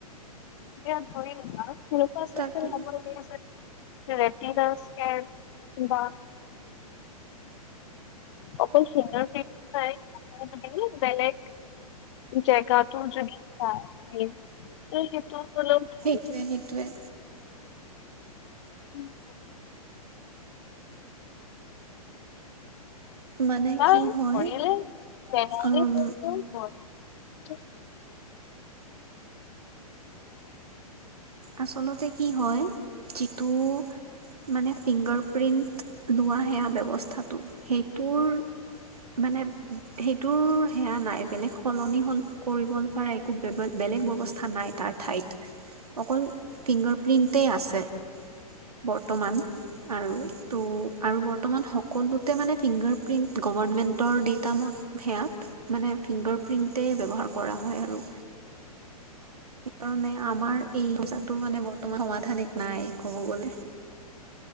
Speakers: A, on the left; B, on the right.
A: এতিয়া ধৰি লোৱা কেনেকুৱা চিচটেম
B: তাকেই
A: হ'ব লাগে <unintelligible> বা অকল চিংগাৰ ফিনে <unintelligible> বেলেগ জেগাটো যদি <unintelligible> ভাল
B: সেইটোৱে
A: আছিল
B: সেইটোৱে।
A: উমম,
B: মানে
A: তাই
B: কি
A: <unintelligible>
B: হয়
A: <unintelligible>
B: উম
A: আ
B: আচলতে কি হয় যিটো মানে, ফিংগাৰ প্ৰিন্ট লোৱা সেয়া ব্যৱস্থাটো সেইটোৰ মানে সেইটোৰ সেয়া নাই বেলেগ সলনি হল কৰিব পৰা একো বেলেগ ব্যৱস্থা নাই তাৰ ঠাইত অকল ফিংগাৰপিণ্টেই আছে বৰ্তমান আৰু তো আৰু বৰ্তমান সকলোতে মানে ফিংগাৰপিণ্ট গভৰ্ণমেণ্টৰ ডেইটামত সেয়াত মানে ফিংগাৰ প্ৰিণ্টেই ব্যৱহাৰ কৰা হয় আৰু সেইকাৰণে, আমাৰ এইজাটোৰ মানে বৰ্তমান সমাধানিক নাই ক'ব গ'লে